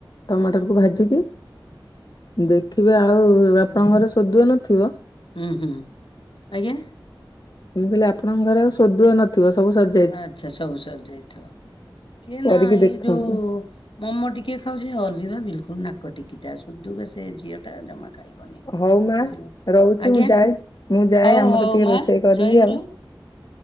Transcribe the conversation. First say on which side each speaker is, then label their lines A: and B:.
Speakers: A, on the left (about 55°); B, on the left (about 80°).
A: ଟମାଟରକୁ ଭାଜିକି ଦେଖିବେ ଆଉ
B: ହୁଁ
A: ଆପଣଙ୍କ ଘରେ ସୋଦୁଅ ନଥିବ?
B: ହୁଁ ହୁଁ ଆଜ୍ଞା।
A: ମୁଁ କହିଲି ଆପଣଙ୍କ ଘରେ ଆଉ ସୋଦୁଅ ନ ଥିବ ସବୁ ସରିଯାଇ
B: ଆଚ୍ଛା ସବୁ ସରି ଯାଇଥିବ କିଏ
A: କରିକି
B: ନାଇ
A: ଦେଖନ୍ତୁ।
B: ଯୋଉ ମୋମୋ ଟିକି ଖାଉଛି ଅଲିଭା ବିଲକୁଲ ନାକ ଟିକିଟା ସୁଧୁକା ସେ ଝିଅ ଟା ଜମା ଖାଇବନି
A: ହଉ ମା
B: ବୁଝିଲେ
A: ରହୁଛି
B: ଆଜ୍ଞା
A: ମୁଁ ଯାଏ ମୁଁ ଯାଏ
B: ହଉ
A: ଆମର
B: ହଉ
A: ଟିକେ
B: ମା
A: ରୋଷେଇ କରିବି
B: ଜୟଗୁରୁ
A: ଆଉ <inaudible>